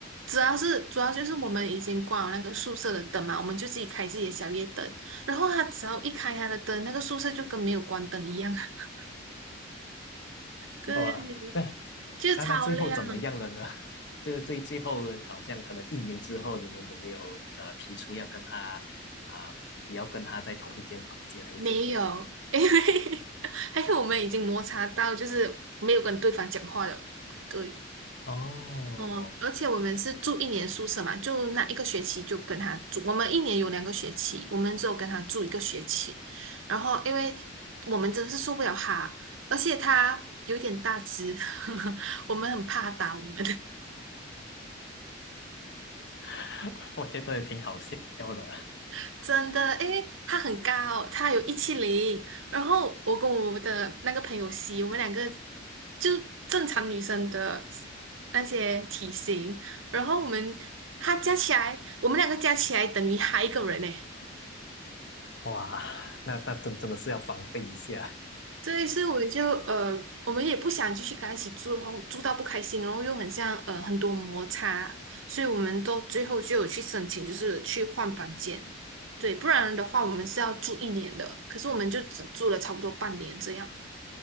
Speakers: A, on the right; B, on the left.
A: 主要是主要就是我们已经关了那个宿舍的灯嘛，我们就自己开自己的小夜灯，然后他只要一开他的灯，那个宿舍就跟没有关灯一样，<laughs> 对，
B: 哇，<laughs> 对。
A: 就超亮，
B: 那那最后怎么样了呢？<laughs> 这最最后好像可能一年之后，你们有没有呃提出要跟他啊、不要跟他在同一间房间，还是怎么样的？
A: 没有，因为 <laughs> 还有我们已经摩擦到，就是没有跟对方讲话了，对。
B: 哦，
A: 嗯，而且我们是住一年宿舍嘛，就那一个学期就跟他住。我们一年有两个学期，我们只有跟他住一个学期。然后，因为我们真的是受不了他，而且他有点大只，<laughs> 我们很怕打我们，
B: <laughs> 我觉得挺好笑的。
A: <laughs> 真的。因为他很高，他有一七零。然后我跟我的那个朋友 C，我们两个就正常女生的那些体型，然后我们他加起来，我们两个加起来等于他一个人呢。
B: 哇，那那真真的是要防备一下
A: 这一次我们就呃，我们也不想继续跟他一起住，然后住到不开心，然后又很像呃很多摩擦，所以我们都最后就有去申请，就是去换房间。对，不然的话我们是要住一年的，可是我们就只住了差不多半年这样。